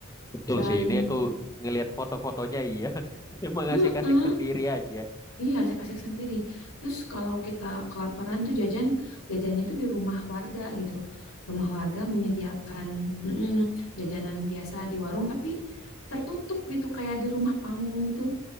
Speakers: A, on the left; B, on the left.
A: Betul
B: dan
A: sih ini aku ngelihat foto-fotonya iya. <laughs> Emang
B: Mm-mm.
A: asik-asik sendiri aja.
B: Iya, asik-asik sendiri. Terus kalau kita kelaparan tuh jajan, jajannya tuh di rumah warga gitu. Rumah warga menyediakan mm-mm, jajanan biasa di warung, tapi tertutup gitu kayak di rumah panggung gitu.